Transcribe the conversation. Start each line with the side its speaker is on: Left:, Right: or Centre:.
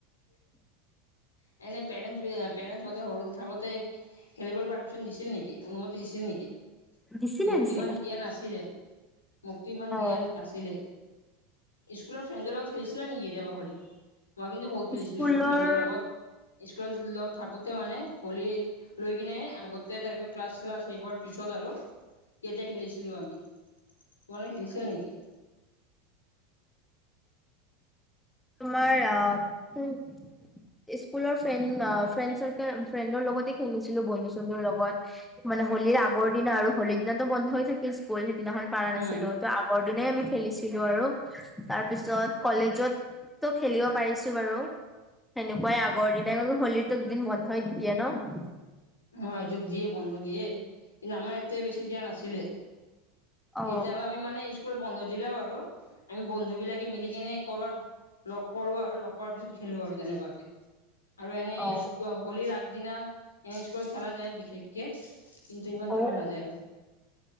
Left: <unintelligible> এনে পেৰেণ্টচ পেৰেণ্টচ হতে সৰু থাকোতে খেলিবলৈ পাৰ্মিশন দিছিল নিকি অনুমতি দিছিল নিকি?
Centre: দিছিলে
Left: মোক
Centre: দিছিলে
Left: তো ইমান দিয়া নাছিলে, মোক তো ইমান
Centre: অ
Left: দিয়া নাছিলে। স্কুলৰ ফ্ৰেণ্ডৰ লগত খেলছিলা নিকি কেতিয়াবা হলী মই কিন্তু বহুত খেলছিলো
Centre: স্কুলৰ
Left: স্কুল ফেণ্ডৰ লগত। স্কুলত থাকোতে মানে হলি লৈ কিনে আগতে তাৰপিছত ক্লাছ চ্লাছ শেষ হোৱাৰ পিছত আৰু তেতিয়া খেলিছিলোঁ আমি তোমালোকে খেলিছিল নিকি?
Centre: তোমাৰ আ উম স্কুলৰ ফ্ৰেণ্ড আ ফ্ৰেণ্ড চাৰ্- ফ্ৰেণ্ডৰ লগতে খেলিছিলো বন্ধু চন্ধুৰ লগত মানে হলিৰ আগৰ দিনা আৰু হলিৰ দিনাতো বন্ধই থাকে স্কুল সেইদিনাখন পাৰা নাছিলো
Left: উম,
Centre: ত' আগৰ দিনে আমি খেলিছিলো আৰু তাৰপিছত কলেজত তো খেলিব পাৰিছো বাৰু সেনেকুৱাই আগৰ দিনাই হলীটো দিন বন্ধই দি দিয়ে ন'।
Left: অ' সেইটো দিয়ে বন্ধ দিয়ে কিন্তু আমাৰ ইয়াতে বেছি দিয়া নাছিলে।
Centre: অ
Left: কেতিয়াবা আমি মানে স্কুল বন্ধ দিলেও আৰু আমি বন্ধু বিলাকে মিলি কেনে কৰবাত লগ কৰো আৰু লগ কৰাৰ পিছত খেলো আৰু তেনেকুৱাকে আৰু এনে
Centre: অ
Left: স্কুল হলিৰ আগদিনা এনে স্কুলত খেলা যায় বিশেষকে। কিন্ত ইমান
Centre: অ অ
Left: খেলা নাযায় আৰু।